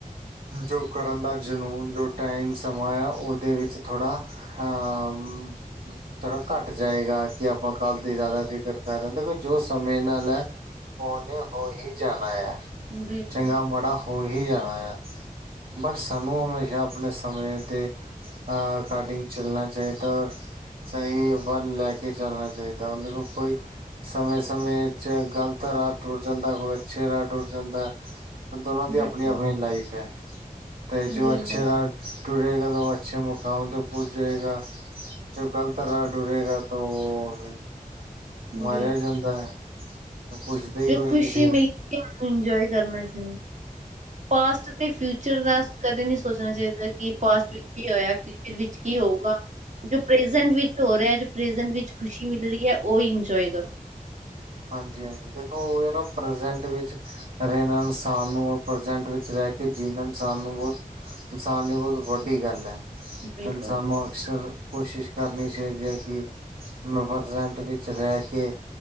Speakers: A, on the right; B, on the right.
A: ਜੋ ਕਰਨ ਦਾ ਜਨੂੰਨ, ਜੋ ਟਾਈਮ ਸਮਾਂ ਆ। ਉਹਦੇ ਵਿੱਚ ਥੋੜਾ ਹਾਂ। ਥੋੜਾ ਘੱਟ ਜਾਏਗਾ। ਕਿ ਆਪਾਂ ਕੱਲ ਦੀ ਜ਼ਿਆਦਾ, ਫਿਕਰ ਕਰਾ ਹੇਾਂ। ਦੇਖੋ ਜੋ ਸਮੇ ਨਾਲ ਹੈ। ਓ ਨੇ, ਹੋ ਹੀ, ਜਾਣਾ ਆ।
B: ਬਿਲਕੁਲ,
A: ਚੰਗਾ ਮਾੜਾ ਹੋ ਹੀ, ਜਾਣਾ ਆ। ਬਟ ਸਾਨੂੰ ਹਮੇਸ਼ਾ, ਆਪਣੇ ਸਮੇਂ ਦੇ ਅਕਾਰਡਿੰਗ ਚੱਲਣਾ ਚਾਹੀਦਾ। ਔਰ ਸਹੀ ਵੱਲ, ਲੈ ਕੇ ਚੱਲਣਾ ਚਾਹੀਦਾ। ਉਹਦੇ ਕੋਲ ਕੋਈ ਸਮੇ- ਸਮੇਂ ਚ, ਗ਼ਲਤ ਰਾਹ ਟੁੱਰ ਜਾਂਦਾ ਕੋਈ, ਅੱਛੇ ਰਾਹ ਟੁੱ ਜਾਂਦਾ। ਦੋਨਾਂ ਦੀ
B: ਬਿਲਕੁਲ,
A: ਆਪਣੀ- ਆਪਣੀ, ਲਾਈਫ ਹੈ। ਤੇ ਜੋ
B: ਬਿਲਕੁਲ,
A: ਅੱਛੇ ਰ ਟੁਰੇਗਾ, ਤਾਂ ਉਹ ਅੱਛੇ ਮੁਕਾਮ ਤੇ ਪਹੁੰਚੇਗਾ। ਜੋ ਗੱਲਤ ਰਹਾ ਟੁਰੇਗਾ। ਤੇ ਉਹ
B: ਬਿਲਕੁਲ
A: ਮਾਰਿਆ ਜਾਂਦਾ ਹੈ। ਪੁੱਛਦੇ
B: ਜੋ
A: ਹੀ ਕੋਈ
B: ਖ਼ੁਸ਼ੀ
A: ਨੀ ਫਿਰ
B: ਮਿਲ ਕੇ, ਇੰਜੋਏ ਕਰਨਾ ਚਾਹੀਦਾ। ਪਾਸਟ ਤੇ ਫਿਊਚਰ ਦਾ, ਕਦੇ ਨਹੀਂ ਸੋਚਣਾ ਚਾਹੀਦਾ। ਕਿ ਪਾਸਟ ਵਿੱਚ ਕੀ ਹੋਇਆ। ਫਿਊਚਰ, ਵਿੱਚ ਕੀ ਹੋਊਗਾ। ਜੋ ਪ੍ਰੇਜੈਂਟ ਵਿੱਚ, ਹੋ ਰਿਹਾ। ਜੋ ਪ੍ਰੇਜੈਂਟ ਵਿੱਚ ਖੁਸ਼ੀ ਮਿਲ ਰਹੀ ਹੈ। ਉਹ ਹੀ ਇੰਜੋਏ ਕਰੋ।
A: ਹਾਂਜੀ- ਹਾਂਜੀ। ਦੇਖੋ ਉਹ ਇਹ ਨਾ ਪ੍ਰਜੈਂਟ ਵਿੱਚ ਰੇ ਇਨਸਾਨ ਨੂੰ, ਪ੍ਰਜਟ ਵਿੱਚ ਰਹਿ ਕੇ। ਜੀਨ ਇਨਸਾਨ ਨੂੰ ਬ ਇਨਸਾਨ ਦੀ, ਬਹੁਤ ਵੱਡੀ ਗੱਲ ਹੈ।
B: ਬਿਲਕੁਲ,
A: ਤੇ ਇਨਸਾਨ ਅਕਸਰ ਕੋਸ਼ਿਸ਼, ਕਰਨੀ ਚਾਹੀਦੀ ਹੈ। ਕਿ ਮ ਪ੍ਰਜੈਂਟ ਵਿੱਚ ਰਹਿ ਕੇ